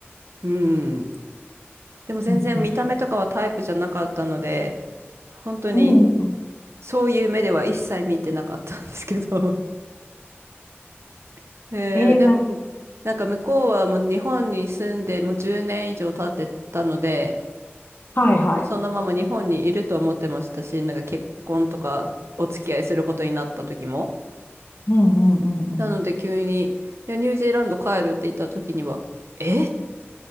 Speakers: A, on the right; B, on the left.
A: うん。でも全然見た目とかはタイプじゃなかったので、
B: うん
A: 本当に
B: うんうんうん。
A: そういう目では一切見てなかったんですけど。<laughs> えーでも、
B: えー、な、
A: なんか向こうはもう日本に住んでもう10年以上経ってたので、
B: はいはい。
A: そのまま日本にいると思ってましたし、なんか結婚とかお付き合いすることになった時も。
B: うんうんうんうん。
A: なので急に、いや、ニュージーランド帰るって言った時には、え